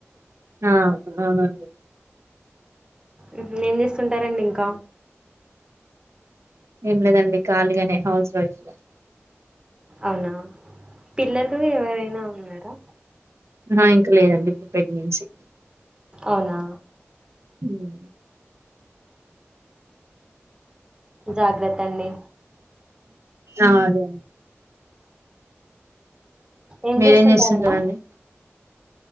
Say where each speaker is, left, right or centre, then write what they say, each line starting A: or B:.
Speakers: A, on the right (about 80°); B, on the right (about 20°).
A: ఆ అవునండి
B: ఉహు ఏం చేస్తుంటారండి ఇంకా
A: ఏం లేదండీ కాలిగనే హౌస్ వైఫ్
B: అవునా పిల్లలు ఎవరైనా ఉన్నరా
A: అంహ ఇంక లేదండి ఇప్పుడు ప్రెగ్నెన్సీ.
B: అవునా
A: ఉం
B: జాగ్రత్తండీ
A: ఆ అదె అదే
B: ఏం
A: మీరేఎం
B: చేస్తుంటారమ్మా
A: చేస్తుంటరండీ